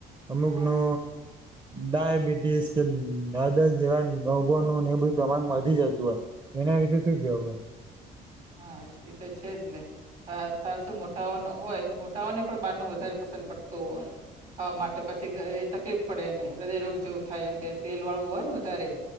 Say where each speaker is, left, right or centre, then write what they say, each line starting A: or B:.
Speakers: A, on the right; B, on the right.
A: અમુક
B: હા
A: નુ ડાયાબિટીસ કે હૃદયજેવા રોગો નું એ બધું પ્રમાણ વ વધી જતુ હો એના વિશેે
B: હમ
A: શું કેવુંહે
B: હા એ તો છે જ ને. હા અતાર સુ મોટાઓ હોય મોટાઓને પણ બારનું વધારે પસંદ પડતું હોય. દુખાવા માટે પછી એ તકલીફ પડેને હૃદય રોગ જેવું થાય એમ કે તેલ વાળું હોય ને વધારે